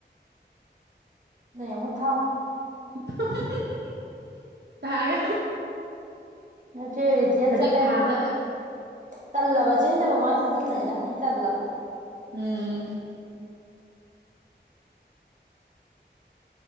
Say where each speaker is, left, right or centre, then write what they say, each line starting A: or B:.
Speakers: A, on the right (about 40°); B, on the right (about 65°).
A: ꯅꯣꯏ ꯑꯃꯨꯛ ꯊꯥꯎ
B: <inaudible> ꯊꯥꯒꯦ
A: ꯅꯆꯦ ꯏꯗꯤꯌꯥ
B: ꯍꯧꯖꯤꯛ
A: ꯆꯂꯦ
B: ꯊꯥꯕ
A: ꯊꯥꯖꯟꯕꯅꯤꯗ ꯍꯩ ꯇꯥꯂꯕ
B: ꯎꯝ